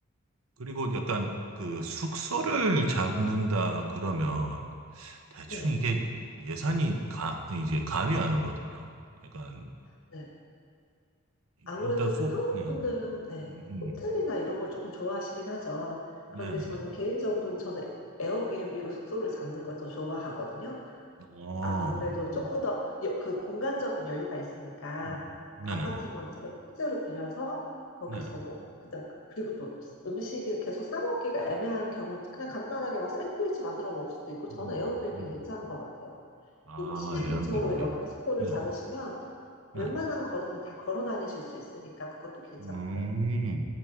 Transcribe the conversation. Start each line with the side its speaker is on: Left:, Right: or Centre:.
Right: 그리고 약간 그 숙소를 잡는다 그러면 대충
Left: 네.
Right: 이게 예산이 가, 이제 감이 안 오거든요. 약간,
Left: 네. 아무래도
Right: 일단 소,
Left: 한국
Right: 네.
Left: 분들은,
Right: 음,
Left: 네,
Right: 음.
Left: 호텔이나 이런 걸 조금 좋아하시긴 하죠. 그런데
Right: 네네네.
Left: 저는 개인적으로는 저는 에어비앤비로 숙소를 잡는 걸 더 좋아하거든요.
Right: 어,
Left: 아무래도
Right: 음,
Left: 조금 더 그 공간적인 여유가 있으니까
Right: 음. 네네
Left: 아파트먼트를
Right: 네.
Left: 통째로 빌려서 거기서
Right: 네.
Left: 뭐 그다음 그리고 또 음식을 계속 사 먹기가 애매한 경우 그냥 간단하게 막 샌드위치 만들어 먹을 수도 있고 저는
Right: 음. 음.
Left: 에어비앤비
Right: 음.
Left: 괜찮은 것 같아요.
Right: 아,
Left: 그리고 시내
Right: 에어비앤비.
Left: 근처로 이렇게 숙소를
Right: 네,
Left: 잡으시면
Right: 네.
Left: 웬만한 거리는 다 걸어 다니실 수 있으니까 그것도 괜찮고요.
Right: 음,